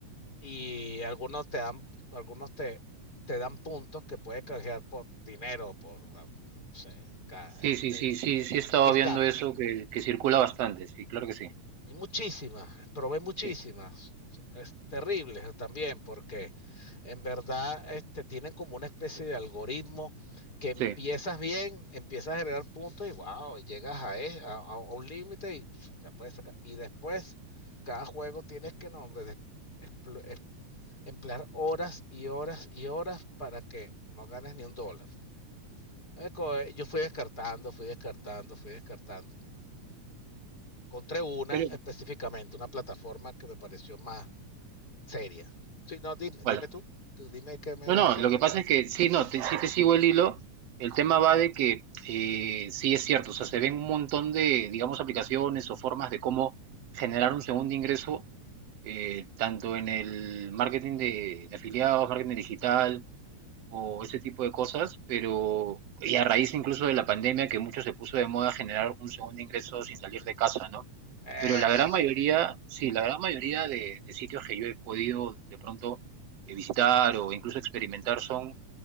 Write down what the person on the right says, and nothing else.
Sí,
sí, sí, sí, sí, he estado
viendo
eso que, que circula bastante, sí, claro que sí.
Sí,
sí.
Pero,
¿cuál?
No,
no,
lo que pasa es que sí, no, te, sí te sigo el hilo. El tema va de que eh, sí es cierto, o sea, se ven un montón de, digamos, aplicaciones o formas de cómo generar un segundo ingreso, eh, tanto en el marketing de, de afiliados, marketing digital, o ese tipo de cosas, pero y a raíz incluso de la pandemia que mucho se puso de moda generar un segundo ingreso sin salir de casa, ¿no?
Pero la gran mayoría, sí, la gran mayoría de, de sitios que yo he podido de pronto eh, visitar o incluso experimentar son